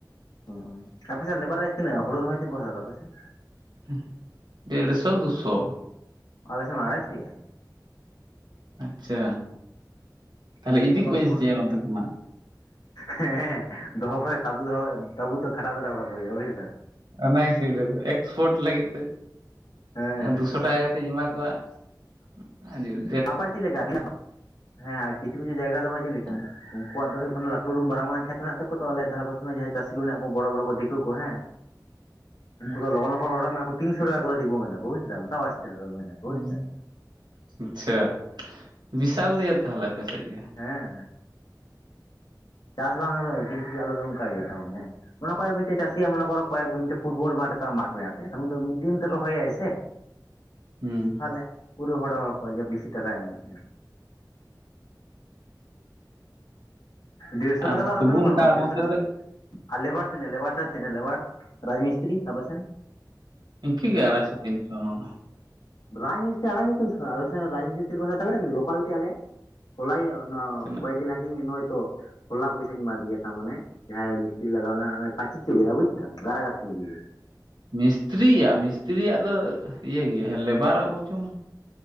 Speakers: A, on the left; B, on the right.
A: ᱦᱳᱭ ᱟᱯᱮ ᱥᱮᱫ ᱞᱮᱵᱟᱨ ᱨᱮ ᱛᱤᱱᱟᱹᱜ ᱦᱳᱲᱳ ᱨᱚᱦᱚᱭ ᱛᱤᱱᱟᱹᱜ ᱠᱚ ᱦᱟᱛᱟᱣ ᱫᱟ ᱟᱯᱮ ᱥᱮᱫ?
B: ᱦ ᱰᱮᱲᱥᱚ, ᱫᱩᱥᱚ,
A: ᱟᱞᱮ ᱥᱮ ᱟᱲᱟᱭ ᱥᱚᱭᱟ
B: ᱟᱪᱪᱷᱟ᱾ ᱛᱟᱦᱚᱞᱮ
A: ᱱᱤᱭᱟᱹ ᱵᱚᱪᱷᱚᱨ
B: ᱤᱫᱤ
A: ᱠᱚ
B: ᱠᱚᱧ
A: ᱢᱮᱱ ᱫᱟᱠᱚ
B: ᱪᱮᱫᱼᱟ ᱱᱚᱛ ᱠᱷᱱᱟᱜ?
A: ᱦᱮᱸ ᱫᱚᱦᱚ ᱠᱷ ᱛᱟᱵᱩ ᱫᱚᱦᱚ ᱛᱟᱵᱩ ᱫᱚ ᱠᱷᱟᱴᱟᱣ ᱫᱚ ᱫᱚᱦᱚ ᱠᱟᱠᱚ ᱦᱩᱭᱩᱜᱼᱟ ᱵᱩᱡᱼᱼ
B: ᱚᱱᱟ ᱜᱤᱥᱤᱧ ᱞᱟᱹᱭ ᱮᱫᱟ ᱮᱠᱥᱯᱳᱴ ᱞᱟᱹᱜᱤᱫᱼᱼ
A: ᱦᱮᱸ
B: ᱫᱩᱥᱚ ᱴᱟᱠᱟ ᱠᱟᱛᱮᱧ ᱮᱢᱟ ᱠᱚᱣᱟ ᱾
A: ᱟᱯᱟᱪᱤ ᱞᱮᱠᱟ ᱦᱮᱸ ᱟᱨ ᱠᱤᱪᱷᱩ ᱠᱤᱪᱷᱩ ᱡᱟᱭᱜᱟ ᱫᱚ ᱵᱟᱭ ᱪᱮᱫ ᱞᱮᱠᱟ
B: ᱦᱩᱸ
A: ᱩᱱᱠᱩᱣᱟᱜ ᱫᱚ ᱦᱩᱭᱩᱜ ᱠᱟᱱᱟ ᱩᱰᱩᱢ ᱢᱟᱨᱟᱝ-ᱢᱟᱨᱟᱝ ᱠᱷᱮᱛ ᱢᱮᱱᱟᱜ ᱛᱟᱠᱚᱣᱟ ᱛᱚ ᱟᱞᱮ ᱫᱷᱟᱨᱮ ᱯᱟᱥᱮ ᱨᱮ ᱡᱟᱦᱟᱸᱭ ᱪᱟᱹᱥᱤ ᱠᱚ ᱢᱮᱱᱟᱜ ᱠᱚᱣᱟ ᱵᱚᱲᱚ ᱵᱚᱲᱚ ᱠᱚ ᱫᱤᱠᱩ ᱠᱚ ᱦᱮᱸ ᱩᱱᱠᱩ
B: ᱦᱩᱸ
A: ᱫᱚ ᱞᱚᱜᱚᱱ ᱞᱚᱜᱚᱱ ᱦᱚᱲᱚ ᱢᱮᱭᱟᱠᱚ ᱛᱤᱱᱥᱚ ᱴᱟᱠᱟ ᱠᱚ ᱨᱮ ᱫᱮᱵᱚ ᱢᱮᱱᱟ ᱠᱚ ᱵᱩᱡ ᱫᱟᱢ ᱛᱟᱣ ᱟᱥᱛᱮ ᱦᱚᱵᱮᱠ ᱵᱩᱡ
B: ᱦᱩᱸ
A: ᱫᱟᱢ
B: ᱟᱪᱪᱷᱟ ᱵᱤᱥᱟᱞ ᱫᱚᱭᱟ ᱛᱟᱦᱚᱞᱮ ᱟᱯᱮ ᱥᱮᱫ ᱜᱮ
A: ᱦᱮᱸ ᱪᱟᱥ ᱵᱟᱝᱼᱟ ᱛᱚ <unintelligible> ᱟᱞᱮ ᱫᱚ ᱚᱝᱠᱟ ᱜᱮ ᱛᱟᱨᱢᱟᱱᱮ <unintelligible> ᱢᱤᱫᱴᱤᱡ ᱢᱟᱹᱥᱤᱭᱟᱜ <unintelligible> ᱯᱷᱩᱴᱵᱚᱞ ᱢᱟᱴᱠᱟ ᱢᱟᱴ <unintelligible> ᱢᱤᱫ ᱫᱤᱱ ᱛᱮ ᱨᱚᱦᱚᱭᱟᱭ ᱥᱮ
B: ᱦᱩᱸ
A: ᱛᱟᱦᱮ ᱯᱩᱨᱟᱹ ᱦᱚᱲᱮ ᱦᱚᱦᱚ ᱠᱚᱣᱟ ᱡᱮ ᱵᱤᱥᱤ ᱴᱟᱠᱟ ᱮᱢ ᱠᱟᱛ ᱾ ᱰᱮᱲᱥᱚ ᱴᱟᱠᱟ
B: ᱟᱨ
A: ᱫᱚ ᱟᱞᱮ
B: ᱛᱚᱵᱩ
A: ᱥᱮᱱ ᱫᱟ
B: ᱚᱱᱠᱟ
A: ᱵᱟᱹᱱᱩᱜᱼᱟ
B: ᱟᱵᱚ
A: ᱰᱮᱲᱥᱚ
B: ᱥᱮᱫ
A: ᱴᱟᱠᱟ ᱫᱚ ᱟᱨ ᱞᱮᱵᱟᱨ ᱛᱤᱱᱟᱜ ᱞᱮᱵᱟᱨ ᱪᱟᱨᱡ ᱛᱤᱱᱟᱹᱜ ᱞᱮᱵᱟᱨ ᱨᱟᱡᱽ ᱢᱤᱥᱛᱨᱤ ᱟᱯᱮ ᱥᱮᱱ ᱾
B: ᱤᱱᱠᱟᱹ ᱜᱮ ᱟᱲᱟᱭ ᱥᱚ ᱛᱤᱱᱥᱚ ᱚᱱᱟ ᱫᱚ ᱾
A: ᱨᱟᱡᱽ ᱢᱤᱥᱛᱤᱨᱤ ᱟᱲᱟᱭᱥᱚ ᱛᱤᱱᱥᱚ ᱟᱞᱮ ᱥᱮᱱ ᱫᱚ ᱨᱟᱡᱽ ᱢᱤᱥᱛᱤᱨᱤ ᱛᱤᱱᱟᱹᱜ ᱠᱚ ᱦᱟᱛᱟᱣᱟ ᱵᱟᱲᱟᱭᱟᱵᱤᱱ ᱞᱳᱠᱟᱞ ᱛᱮ ᱟᱞᱮ ᱦᱚᱞᱟᱭ ᱚᱱᱟ
B: ᱛᱤᱱᱟᱹᱜ
A: ᱠᱚᱭ ᱫᱤᱱ ᱞᱟᱦᱟ ᱠᱤᱧ ᱱᱚᱭ ᱛᱚ ᱦᱚᱞᱟ ᱯᱚᱭᱥᱟᱧ ᱮᱢᱟ ᱫᱮᱭᱟ ᱛᱟᱢ ᱢᱟᱱᱮ ᱡᱟᱦᱟᱸᱭ ᱢᱤᱥᱛᱤᱨᱤ ᱞᱟᱜᱟᱣ ᱞᱮᱱᱟ <unintelligible> ᱵᱩᱡᱷᱫᱟᱢ ᱜᱟᱨᱟ ᱜᱟᱛᱷᱱᱤᱫᱤᱭᱮ
B: ᱢᱤᱥᱛᱨᱤᱭᱟᱜ, ᱢᱤᱥᱛᱤᱨᱤᱭᱟᱜ ᱫᱚ ᱤᱭᱟᱹ ᱜᱮ ᱦᱮᱸ ᱞᱮᱵᱟᱨᱟᱜ ᱵᱚᱨᱪᱚᱢ